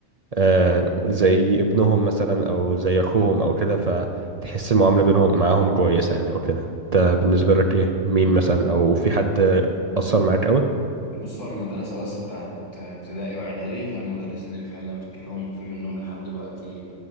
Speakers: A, on the right; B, on the left.
A: آه، زي ابنهم مثلا او زي اخوهم او كده فتحس المعامله بينهم معاهم كويسه يعني او كده انت بالنسبه لك ايه مين مثلا او في حد اثر معاك قوي
B: بصوا المدرسة بس بتاعت ابتدائي وإعدادي هي المدرسين اللي فعلا أنا فاكرهم وفي منهم لحد دلوقتي